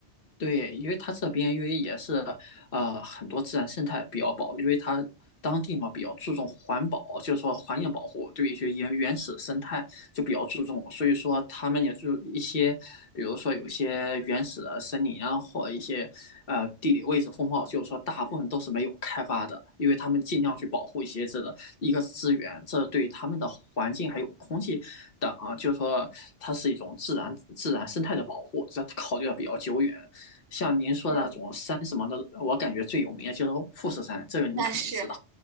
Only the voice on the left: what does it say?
对，因为它这边因为也是呃很多自然生态比较保，因为它当地嘛比较注重环保，就是说环境保护，对一些原原始生态就比较注重，所以说他们也就一些，比如说有些原始的森林啊，或一些呃地理位置风貌，就是说大部分都是没有开发的，因为他们尽量去保护一些这个一个资源，这对他们的环境还有空气等啊就是说它是一种自然自然生态的保护，这考虑的比较久远。像您说的那种山什么的，
我感觉最有名的就是富士山，这个你肯定知道，